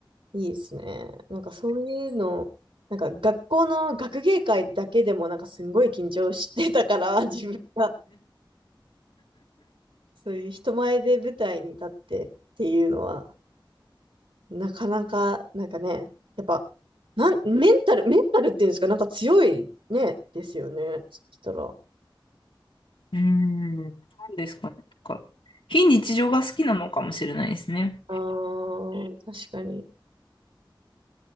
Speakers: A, on the right; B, on the left.
A: いいですね。なんかそういうの、なんか学校の学芸会だけでもなんかすんごい緊張してたから、<laughs> 自分がそういう人前で舞台に立ってっていうのは、なかなか、なんかね、やっぱ、なん、メンタル、メンタルっていうんですか、なんか強いね、ですよね。そしたら。
B: うーん。なんですかね。なんか、非日常が好きなのかもしれないですね。
A: あー、確かに。